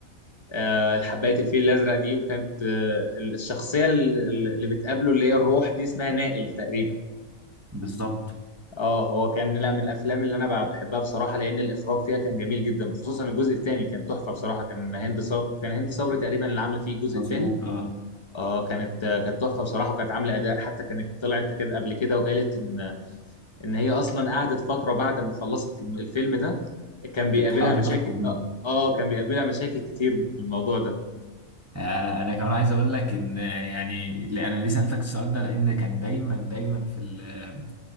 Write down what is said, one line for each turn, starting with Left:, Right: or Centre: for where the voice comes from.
Left: آه حبايه الفيل الازرق دي وكانت آه الشخصيه اللي اللي بتقابله اللي هي الروح دي اسمها نائل تقريبا
Right: بالظبط
Left: اه هو كان لا من الافلام اللي انا ب- بحبها بصراحه لان الاخراج فيها كان جميل جدا خصوصا الجزء الثاني كان تحفه بصراحه كان هند صبري كان هند صبري تقريبا اللي عامله فيه الجزء
Right: مظبوط
Left: الثاني
Right: اه
Left: اه كانت آه، كانت تحفه بصراحه وكانت عامله اداء حتى كانت طلعت كده قبل كده وقالت ان ان هي اصلا قعدت فتره بعد ما خلصت الم- الفيلم ده كان بيقابلها
Right: بتحاول
Left: مشاكل
Right: تخرج منه
Left: اه آه، كان بيقابلها مشاكل كتير في الموضوع ده
Right: يعني انا انا كمان عايز اقول لك ان يعني اللي انا ليه سالتك السؤال ده لان كان دايما دايما في ال-